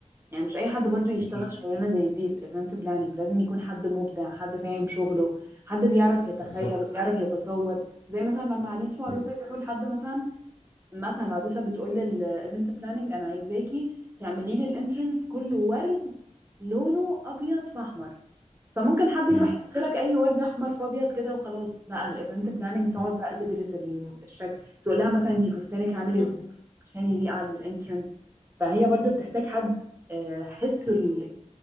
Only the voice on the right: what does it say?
يعني مش اي حد برضو يشتغل
شغلانه زي دي الايفنت بلاننج لازم يكون حد مبدع حد فاهم شغله حد بيعرف يتخيل
وبيعرف يتصور زي مثلا لما عريس وعروسه
يروحوا لحد مثلا مثلا عروسه بتقول للايفنت بلاننج انا عايزاكي تعملي لي الانترنس كله ورد لونه ابيض فاحمر فممكن حد يروح
يحط لك اي ورد احمر في ابيض كده وخلاص بقى الايفنت بلاننج تقعد
بقى تدرس ال- الشكل تقول لها مثلا انت فستانك عامل
ازاي عشان يليق على الانترنس فهي برضو بتحتاج حد آه، حسه ال-